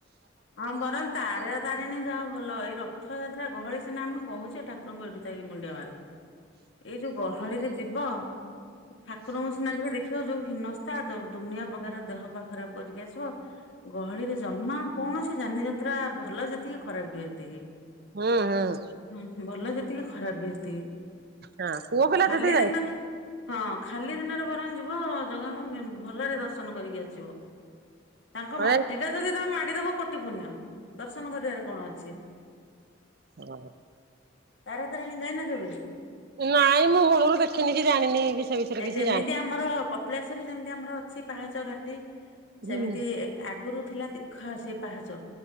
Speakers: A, on the left (about 65°); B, on the right (about 50°).
A: ହଁ ବରତା ଆରେ ଟ୍ରେନରେ ଯାଅ ଭଲ ଏଇ ରଥଯାତ୍ରା ଗହଳି ସିନା ଆମେ କହୁଛେ ଠାକୁରଙ୍କୁ ଏଠୁ ଯାଇକି ମୁଣ୍ଡିଆ ମାର। ଏଇ ଯୋଉ ଗହଳିରେ ଯିବ ଠାକୁରଙ୍କ ସିନା ରେ ଦେଖି ଯୋଉ ହୀନସ୍ତା ଦୁନିଆ ପ୍ରକାର ଦେହ ବା ଖରାପ କରିକି ଆସିବ ଗହଳିରେ ଜମା କୌଣସି ଯାନି ଯାତ୍ରା ଭଲ ଯେତିକି ଖରାପ ବି ସେତିକି।
B: ହୁଁ ହୁଁ
A: ହୁଁ ଭଲ ଯେତିକି ଖରାପ ବି ସେତିକି।
B: ହଁ ପୁଅ ପିଲା
A: ଖାଲି
B: ଜେଦି ଯାଇ
A: ଦିନରେ ହଁ ଖାଲି ଦିନରେ ବରଂ ଯିବ ଜଗାଙ୍କୁ ଭଲରେ ଦର୍ଶନ କରିକି ଆସିବ। ତାଙ୍କ
B: ହଁ
A: ମାଟି ଟା ଯଦି ତମେ ମାଡିଦବ କୋଟି ପୁଣ୍ୟ। ଦର୍ଶନ କରିବାରେ କଣ ଅଛି।
B: ହଁ।
A: ତାରା ତାରିଣୀ ଯାଇନ କେବେ?
B: ନାଇଁ ମୁଁ ମୂଳରୁ ଦେଖିନି କି ଜାଣିନି କି ସେ ବିଷୟରେ
A: ଏ
B: କିଛି
A: ଯେମିତି
B: ଜାଣି
A: ଆମର କପିଳେଶ୍ୱର ଯେମିତି ଆମର ଅଛି ପାହାଚ ଘାଟି ସେମିତି
B: ହୁଁ
A: ଆଗରୁ ଥିଲା ତୀଖ ସେ ପାହାଚ